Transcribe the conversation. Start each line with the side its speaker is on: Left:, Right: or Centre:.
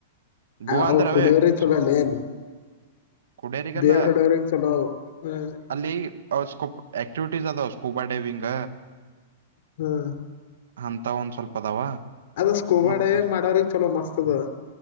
Right: ಗೋವಾ
Left: ಅವು
Right: ಅಂದರೆ
Left: ಕುಡಿಯೋರಿಗೆ ಚಲೋ
Right: ಹ
Left: ಅಲ್ಲೇ ಅಲ್ಲಿ
Right: ಕುಡಿಯರಿಗೆಲ್ಲ
Left: ಬಿಯರ್ ಹೊಡೋರಿಗೆ ಚಲೋ ಅವು ಹ್ಮ್
Right: ಅಲ್ಲಿ ಸ್ಕೋಪ್ ಆಕ್ಟಿವಿಟೀಸ್ ಅದ ಅಷ್ಟು ಸ್ಕೂಬಾ ಡೈವಿಂಗ್
Left: ಹ್ಮ್
Right: ಅಂತ ಒಂದ್ ಸ್ವಲ್ಪ ಅದಾವ
Left: ಅದ ಸ್ಕೋಬಾಡ್ಯಂಗ
Right: ಮತ್ತ
Left: ಮಾಡ್ರ ಚಲೋ ಮಸ್ತ್ ಅದ